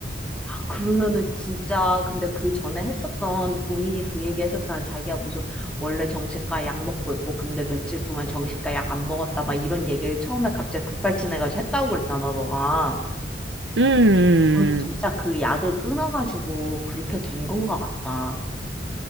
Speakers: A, in the centre; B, on the right.
A: 그러면은 진짜 근데 그 전에 했었던 본인이 그 얘기 했었잖아. 자기가 무슨 원래 정신과 약 먹고 있고 근데 며칠 동안 정신과 약 안 먹었다 막 이런 얘기를 처음에 갑자기 급발진해가지고 했다고 그랬잖아, 너가.
B: 음, 음, 음,
A: 어, 진짜
B: 음.
A: 그 약을 끊어가지고 그렇게 된 건가 같다.